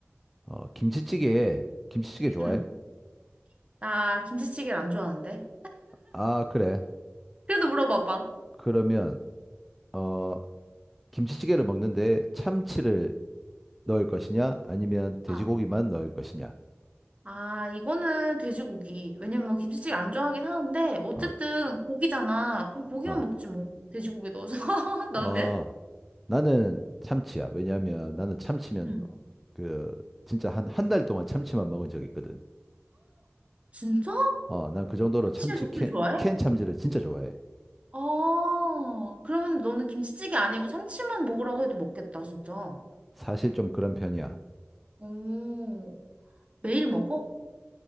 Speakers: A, in the centre; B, on the right (about 30°).
A: 어, 김치찌개에, 김치찌개 좋아해?
B: 응. 나 김치찌개를 안 좋아하는데.
A: 아, 그래.
B: 그래도 물어봐봐.
A: 그러면, 어, 김치찌개를 먹는데 참치를 넣을 것이냐? 아니면 돼지고기만
B: 어.
A: 넣을 것이냐?
B: 아, 이거는 돼지고기. 왜냐면 김치찌개 안 좋아하긴 하는데, 어쨌든
A: 어,
B: 고기잖아. 그럼 고기만
A: 어,
B: 먹지 뭐. 돼지고기 넣어서. <laughs> 너는?
A: 어. 나는 참치야. 왜냐하면 나는 참치면,
B: 응.
A: 그, 진짜 한, 한 달 동안 참치만 먹은 적이 있거든.
B: 진짜?
A: 어, 난 그 정도로 참치
B: 참치를 그렇게
A: 캔,
B: 좋아해?
A: 캔 참치를 진짜 좋아해.
B: 어, 그러면 너는 김치찌개 아니고 참치만 먹으라고 해도 먹겠다, 진짜.
A: 사실 좀 그런 편이야.
B: 오, 매일 먹어?